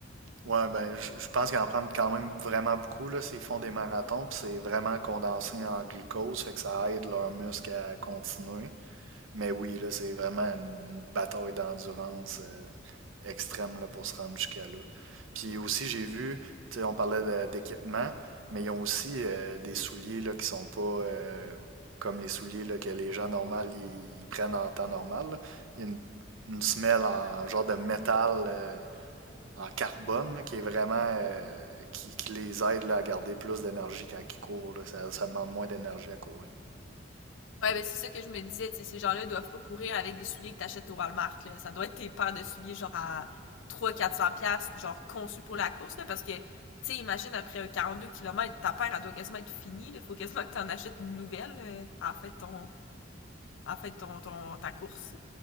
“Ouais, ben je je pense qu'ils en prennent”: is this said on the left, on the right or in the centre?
Right